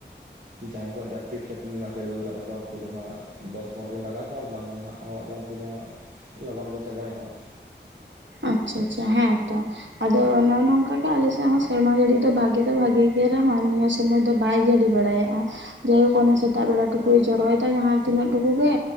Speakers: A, on the right (about 45°); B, on the right (about 75°).
A: ᱡᱟᱦᱟᱸᱭ ᱠᱚᱣᱟᱜ ᱡᱟᱹᱥᱛᱤ ᱠᱷᱮᱛ ᱨᱮᱱᱟᱜ ᱠᱷᱮᱛ ᱵᱟᱹᱫᱽ ᱢᱮᱱᱟᱜ ᱛᱟᱠᱚᱣᱟ᱾ ᱩᱱᱠᱩ ᱫᱚ ᱦᱟᱸᱜ ᱼᱼ ᱫᱚᱥ ᱯᱚᱱᱨᱚ ᱫᱤᱱ ᱞᱟᱜᱟᱣ ᱟᱠᱚᱣᱟ ᱟᱨ ᱵᱟᱝ ᱦᱟᱸᱜ ᱦᱚᱲᱟᱜ ᱫᱚ ᱩᱱᱠᱩ ᱫᱚ ᱦᱟᱸᱜ ᱞᱚᱜᱚᱱ ᱠᱚ ᱪᱟᱵᱟᱭᱟ ᱦᱟᱸᱜ᱾
B: ᱟᱪᱪᱷᱟ ᱟᱪᱪᱷᱟ ᱦᱮᱸ ᱛᱚ᱾ ᱟᱫᱚ ᱱᱚ-ᱚᱭ ᱱᱚᱝᱠᱟ ᱜᱮ ᱟᱞᱮ ᱥᱮᱫ ᱦᱚᱸ ᱥᱮᱨᱢᱟ ᱡᱟᱹᱲᱤ ᱫᱚ ᱵᱷᱟᱜᱮ ᱫᱚ ᱵᱷᱟᱜᱮ ᱫᱚ ᱵᱷᱟᱜᱣ ᱜᱮ ᱨᱮᱦᱚ, ᱱᱤᱭᱟᱹ ᱥᱚᱢᱚᱭ ᱫᱚ ᱵᱟᱭ ᱡᱟᱹᱲᱤ ᱵᱟᱲᱟᱭᱟᱜᱼᱟ᱾ ᱡᱟᱭᱦᱳᱠ ᱚᱱᱟ ᱥᱮᱛᱟᱜ ᱵᱮᱲᱟ ᱴᱩᱠᱩᱭ ᱡᱚᱨᱚᱭᱮᱫᱟ ᱡᱟᱦᱟᱸ ᱛᱤᱱᱟᱹᱜ ᱴᱩᱠᱩ ᱜᱮ